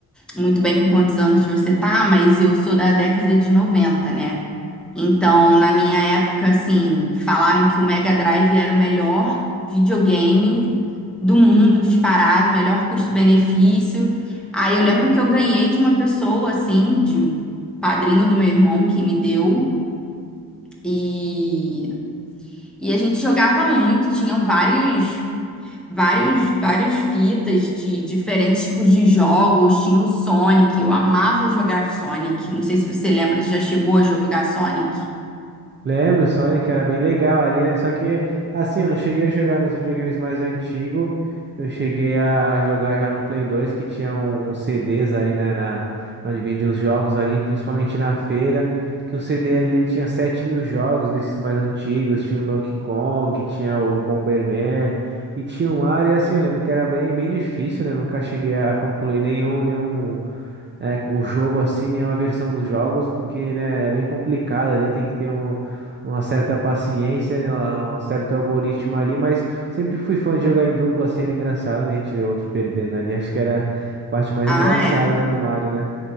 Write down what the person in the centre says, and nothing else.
muito bem com quantos anos você tá, mas eu sou da década de 90, né? Então, na minha época, assim, falaram que o Mega Drive era o melhor videogame do mundo disparado, melhor custo-benefício. Aí eu lembro que eu ganhei de uma pessoa, assim, de padrinho do meu irmão que me deu. E e a gente jogava muito, tinham vários, vários, várias fitas de diferentes tipos de jogos. Tinha o Sonic, eu amava jogar Sonic. Não sei se você lembra, já chegou a jogar Sonic?
Ah,
é.